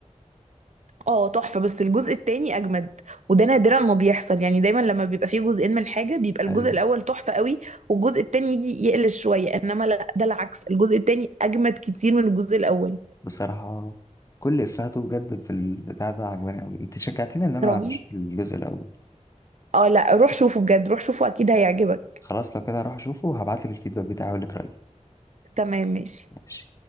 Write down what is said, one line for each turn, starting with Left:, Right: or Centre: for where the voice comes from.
Right: اه تحفة بس الجزء التاني أجمد وده نادرا ما بيحصل يعني دايما لما بيبقى فيه جزئين من الحاجة بيبقى الجزء
Left: ايوه
Right: الأول تحفة قوي والجزء التاني يجي يقلش شوية إنما لا ده العكس الجزء التاني أجمد كتير من الجزء الأول
Left: بصراحة كل افهاته بجد في البتاع ده عجباني قوي انت شجعتني ان انا
Right: رهيب
Left: اشوف الجزء الاول
Right: اه لا روح شوفه بجد روح شوفه أكيد هيعجبك
Left: خلاص لو كده هروح اشوفه وهبعتلك الفيدباك بتاعي واقول لك رأيي
Right: تمام ماشي
Left: ماشي